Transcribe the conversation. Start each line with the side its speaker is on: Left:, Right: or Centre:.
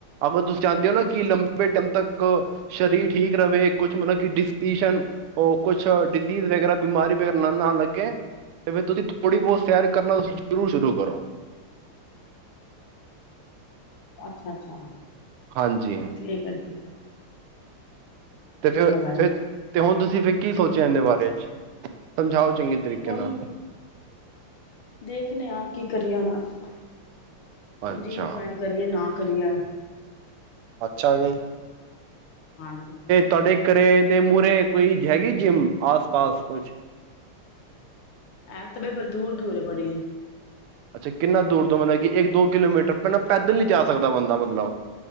Right: ਅਗਰ ਤੁਸੀਂ ਚਾਹੁੰਦੇ ਹੋ ਨਾ, ਕਿ ਲੰਬੇ ਟਾਈਮ ਤੱਕ ਸਰੀਰ ਠੀਕ ਰਹੇ, ਕੁਛ ਮਤਲਬ ਕਿ ਡਿ ਉਹ ਕੁਛ ਡਿਜ਼ੀਜ਼ ਵਗੈਰਾ ਬਿਮਾਰੀ ਵਗੈਰਾ ਨਾ ਨਾ ਲੱਗੇ, ਤੇ ਫਿਰ ਤੁਸੀਂ ਥੋੜ੍ਹੀ ਬਹੁਤ ਸੈਰ ਕਰਨਾ ਤੁਸੀਂ ਜ਼ਰੂਰ ਸ਼ੁਰੂ ਕਰੋ।
Left: ਅੱਛਾ ਅੱਛਾ।
Right: ਹਾਂਜੀ
Left: ਠੀਕ ਆ ਜੀ ਠੀਕ ਆ <inaudible>
Right: ਤੇ ਫਿਰ
Left: ਆਈ
Right: ਫ ਤੇ ਹੁਣ ਤੁਸੀਂ ਫਿਰ ਕੀ ਸੋਚਿਆ, ਇਹਦੇ ਬਾਰੇ ਚ? ਸਮਝਾਓ। ਚੰਗੇ ਤਰੀਕੇ
Left: ਕੋ
Right: ਨਾਲ
Left: ਦੇਖਣੇ ਆਪ <inaudible> ਕੀ ਕਰੀ ਆਣਾ <inaudible>
Right: ਅੱਛਾ
Left: ਜਿਮ ਜੁਆਇਨ ਕਰੀਏ, ਨਾ ਕਰੀਏ?
Right: ਅੱਛਾ ਜੀ।
Left: ਹਾਂਜੀ <inaudible>
Right: ਤੁਹਾਡੇ ਚੱਕਰੇ ਤੇ ਮੂਹਰੇ ਕੋਈ ਹੈਗੀ ਜਿੰਮ? ਆਸ ਪਾਸ ਕੁਛ
Left: ਐਂ ਤੇ ਬਈ ਫਿਰ ਦੂਰ ਦੂਰ ਬੜੀ
Right: ਅੱਛਾ ਕਿੰਨਾ ਦੂਰ ਤੋਂ ਮਤਲਬ ਕਿ, ਇੱਕ ਦੋ ਕਿਲੋਮੀਟਰ ਪਹਿਲਾਂ ਪੈਦਲ ਨੀ ਜਾ ਸਕਦਾ ਬੰਦਾ ਮਤਲਬ।